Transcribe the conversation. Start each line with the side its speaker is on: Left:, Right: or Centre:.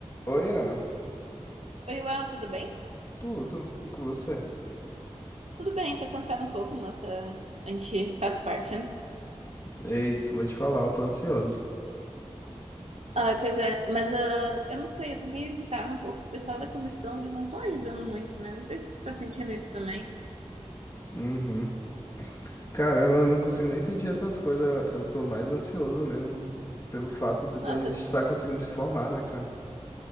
Left: Oi, Ana.
Right: Oi, Uel, tudo bem?
Left: Tudo. E com você?
Right: Tudo bem, tô cansada um pouco, mas ah, a gente faz parte, né?
Left: Ei, vou te falar, eu tô ansioso.
Right: Ah, pois é, mas ah, eu não sei, eu tô meio irritada um pouco. O pessoal da comissão, eles não estão ajudando muito, né? Não sei se tu tá sentindo isso também.
Left: Uhum. Cara, eu não não consigo nem sentir essas coisas. Eu eu tô mais ansioso mesmo pelo fato de
Right: Nossa,
Left: a gente estar conseguindo se formar, né, cara?